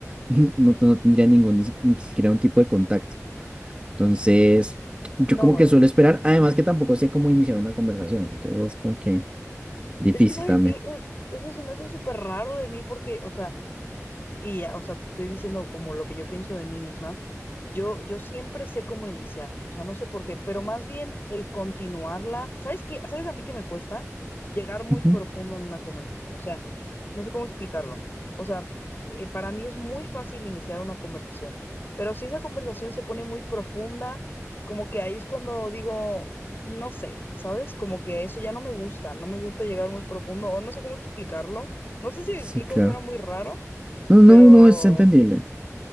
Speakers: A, on the right (about 20°); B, on the left (about 40°).
A: <laughs> no, no tendría ningún, ni, si- ni siquiera un tipo de contacto. Entonces, yo
B: No,
A: como
B: bueno,
A: que suelo
B: pues
A: esperar,
B: sí.
A: además que tampoco sé cómo iniciar una conversación, entonces es como que difícil
B: Es que, ¿sabes
A: también.
B: qué? Eh, Eso se me hace súper raro de mí porque, o sea, Y ya, o sea, te estoy diciendo como lo que yo pienso de mí misma. Yo, yo siempre sé cómo iniciar, o sea, no sé por qué, pero más bien el continuarla. ¿Sabes qué? ¿Sabes a mí que me cuesta? Llegar muy
A: Ujú,
B: profundo en una conversación, o sea, no sé cómo explicarlo. O sea, eh, para mí es muy fácil iniciar una conversación, pero si esa conversación se pone muy profunda, como que ahí es cuando digo, no sé, ¿sabes? Como que eso ya no me gusta, no me gusta llegar muy profundo, o no sé cómo explicarlo. No sé si lo
A: Sí,
B: explico,
A: claro.
B: suena muy raro
A: No, no,
B: pero,
A: no, es entendible.